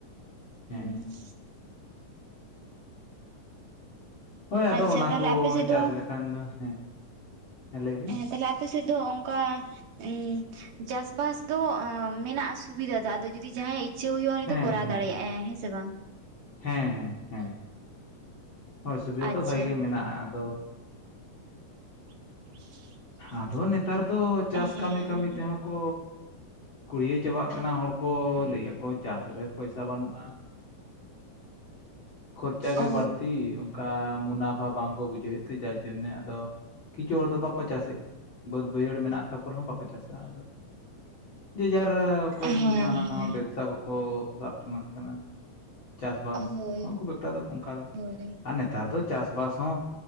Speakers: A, on the left; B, on the right.
A: ᱦᱮᱸ
B: ᱦᱩᱸ <unintelligible>
A: ᱦᱳᱭ ᱟᱫᱚ
B: ᱟᱪᱪᱷᱟ
A: ᱚᱱᱟ
B: ᱛᱟᱦᱞᱮ
A: ᱠᱚ
B: ᱟᱯᱮ ᱥᱮᱫ
A: ᱪᱟᱥ
B: ᱫᱚ
A: ᱞᱮᱠᱷᱟᱱ ᱫᱚ ᱦᱮᱸ᱾ ᱦᱮᱸ ᱞᱟᱹᱭ ᱵᱤᱱ <inaudible>
B: ᱛᱟᱦᱟᱞᱮ ᱟᱯᱮ ᱥᱮᱫ ᱫᱚ ᱚᱱᱠᱟ ᱼᱼ ᱸ ᱪᱟᱥᱵᱟᱥ ᱫᱚ ᱢᱮᱱᱟᱜᱼᱟ ᱥᱩᱵᱤᱫᱟ ᱫᱚ ᱟᱫᱚ ᱡᱩᱫᱤ ᱡᱟᱦᱟᱸᱭᱟᱜ ᱪᱮᱫ ᱦᱩᱭᱩᱜᱼᱟ ᱩᱱᱤ
A: ᱦᱮᱸ
B: ᱫᱚ ᱠᱚᱨᱟᱣ
A: ᱦᱮᱸ
B: ᱫᱟᱲᱮᱭᱟᱜᱼᱟᱭ ᱦᱮᱸ ᱥᱮ ᱵᱟᱝ
A: ᱦᱮᱸ ᱦᱮᱸ ᱦᱮᱸ ᱦᱳᱭ ᱥᱩᱵᱤᱫᱟ
B: ᱟᱪᱪᱷᱟ
A: ᱫᱚ ᱵᱷᱟᱜᱤ ᱜᱮ ᱢᱮᱱᱟᱜᱼᱟ ᱟᱫᱚ
B: <inaudible>
A: ᱟᱫᱚ ᱱᱮᱛᱟᱨ ᱫᱚ ᱪᱟᱥ
B: ᱦᱮᱸ
A: ᱠᱟᱹᱢᱤ ᱠᱟᱹᱢᱤ ᱛᱮᱦᱚᱸ ᱠᱚ ᱠᱩᱲᱭᱟᱹ ᱪᱟᱵᱟᱜ ᱠᱟᱱᱟ ᱠᱟᱱᱟ ᱦᱚᱲ ᱠᱚ ᱞᱟᱹᱭ ᱟᱠᱚ ᱪᱟᱥ ᱨᱮ ᱯᱚᱭᱥᱟ ᱵᱟᱱᱩᱜᱼᱟ ᱠᱷᱚᱨᱪᱟ ᱜᱮ
B: ᱚ
A: ᱵᱟᱹᱲᱛᱤ ᱚᱱᱠᱟ ᱢᱩᱱᱟᱯᱷᱟ ᱵᱟᱝᱠᱚ ᱵᱩᱡᱷᱟᱹᱣᱮᱫ ᱛᱮ ᱡᱟᱨ ᱡᱚᱱᱱᱮ ᱟᱫᱚ ᱠᱤᱪᱷᱩ ᱦᱚᱲ ᱫᱚ ᱵᱟᱠᱚ ᱪᱟᱥᱮᱜᱼᱟ ᱵᱟᱹᱫ ᱵᱟᱹᱭᱦᱟᱹᱲ ᱢᱮᱱᱟᱜ ᱛᱟᱠᱚ ᱨᱮᱦᱚᱸ ᱵᱟᱠᱚ ᱪᱟᱥᱟ ᱟᱫᱚ ᱡᱟᱹᱭ ᱡᱟᱨ ᱚᱠᱚᱭ
B: ᱦᱮᱸ
A: ᱦᱟᱱᱟ
B: ᱦᱮᱸ
A: ᱱᱟᱣᱟ ᱵᱮᱵᱥᱟ ᱠᱚᱠᱚ ᱥᱟᱵ ᱡᱚᱱᱟᱜ ᱠᱟᱱᱟ ᱪᱟᱥᱵᱟᱥ
B: ᱦᱳᱭ
A: ᱦᱚᱸ ᱠᱷᱩᱵ ᱮᱠᱴᱟ ᱫᱚ ᱚᱱᱠᱟ ᱫᱚ
B: ᱦᱳᱭ
A: ᱟᱨ ᱱᱮᱛᱟᱨ ᱫᱚ ᱪᱟᱥ ᱵᱟᱥ ᱦᱚᱸ